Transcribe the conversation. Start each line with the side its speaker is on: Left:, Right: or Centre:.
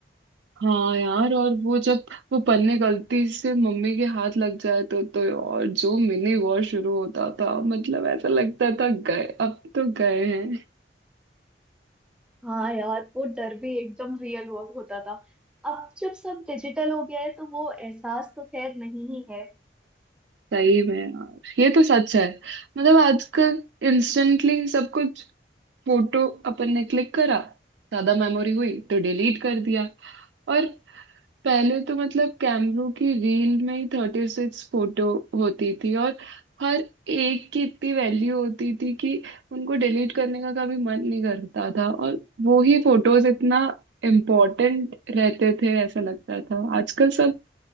Right: हाँ यार और वो जब वो पन्ने गलती से मम्मी के हाथ लग जाते तो तो और जो मिनी वॉर शुरू होता था मतलब ऐसा लगता था गए अब तो गए
Centre: हाँ यार वो डर भी एकदम रियल हुआ होता था अब जब सब डिजिटल हो गया है तो वो एहसास तो खैर नहीं ही है
Right: सही में यार ये तो सच है मतलब आजकल इंस्टेंटली सब कुछ फोटो अपन ने क्लिक करा ज्यादा मेमोरी हुई तो डिलीट कर दिया और पहले तो मतलब कैमरों की रील में ही थर्टी सिक्स फोटो होती थी और हर एक की इतनी वैल्यू होती थी कि उनको डिलीट करने का कभी मन नहीं करता था और वो ही फोटोज इतना इम्पोर्टेंट रहते थे ऐसा लगता था आजकल सब